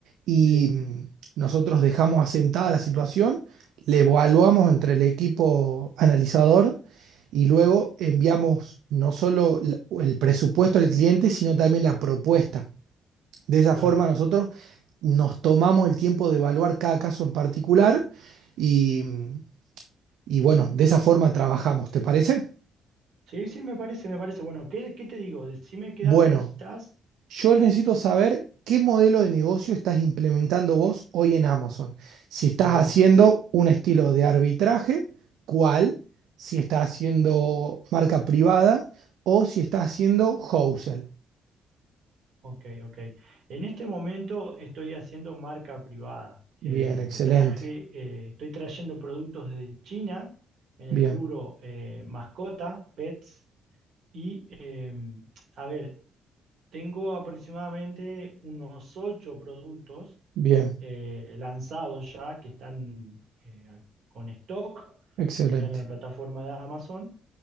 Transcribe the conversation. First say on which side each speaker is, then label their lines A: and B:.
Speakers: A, on the right; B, on the right.
A: y
B: sí,
A: mm, nosotros dejamos asentada la situación, le evaluamos entre el equipo analizador y luego enviamos no solo la- el presupuesto al cliente, sino también la propuesta. De esa
B: claro.
A: forma nosotros nos tomamos el tiempo de evaluar cada caso en particular y, mm, y bueno, de esa forma trabajamos, ¿te parece?
B: Sí, sí, me parece, me parece. Bueno, ¿qué, qué te digo? Decime qué
A: Bueno,
B: dato necesitas.
A: Yo necesito saber qué modelo de negocio estás implementando vos hoy en Amazon. Si estás
B: Bueno,
A: haciendo un estilo de arbitraje, ¿cuál? Si estás haciendo marca privada o si estás haciendo wholesale.
B: ok, ok. En este momento estoy haciendo marca privada.
A: Bien,
B: Em,
A: excelente.
B: traje, eh, estoy trayendo productos de China en el
A: Bien,
B: rubro eh, mascota, pets, y em, a ver, tengo aproximadamente unos ocho productos
A: bien,
B: eh, lanzados ya, que están eh, con stock,
A: excelente.
B: están en la plataforma de Amazon.